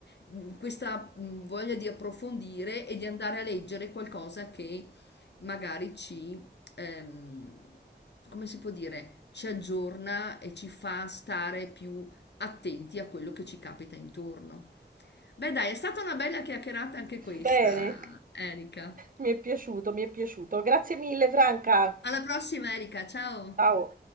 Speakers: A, on the left; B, on the right.
A: mh, questa mh, voglia di approfondire e di andare a leggere qualcosa che magari ci, ehm, come si può dire, ci aggiorna e ci fa stare più attenti a quello che ci capita intorno. Beh, dai, è stata una bella chiacchierata anche questa,
B: Bene,
A: Erika.
B: mi è piaciuto, mi è piaciuto. Grazie mille Franca.
A: Alla prossima, Erika. Ciao.
B: Ciao.